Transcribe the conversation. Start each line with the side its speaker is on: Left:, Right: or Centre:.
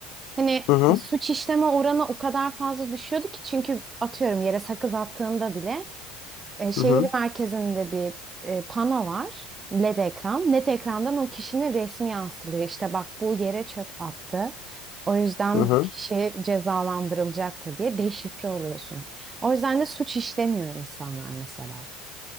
Right: Hani
Left: Hı hı.
Right: e, suç işleme oranı o kadar fazla düşüyordu ki çünkü atıyorum yere sakız attığında bile e, şehir
Left: Hı hı.
Right: merkezinde bir e, pano var. LED ekran. LED ekrandan o kişinin resmi yansılıyor. İşte bak bu yere çöp attı. O yüzden
Left: Hı hı.
Right: bu kişi cezalandırılacaktır diye deşifre oluyorsun. O yüzden de suç işlemiyor insanlar mesela.